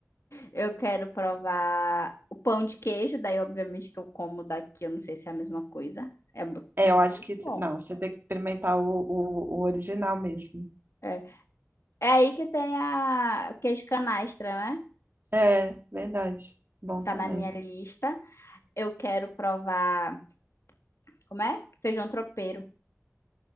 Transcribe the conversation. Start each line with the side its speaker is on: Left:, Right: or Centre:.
Left: Eu quero provar o pão de queijo, daí obviamente que eu como daqui, eu não sei se é a mesma coisa. É mu-
Right: É,
Left: muito
Right: eu acho que.
Left: bom.
Right: Não, você tem que experimentar o, o, o original mesmo.
Left: É, é aí que tem a o queijo canastra, né?
Right: É, verdade. Bom
Left: Tá
Right: também.
Left: na minha lista. Eu quero provar, como é? Feijão tropeiro.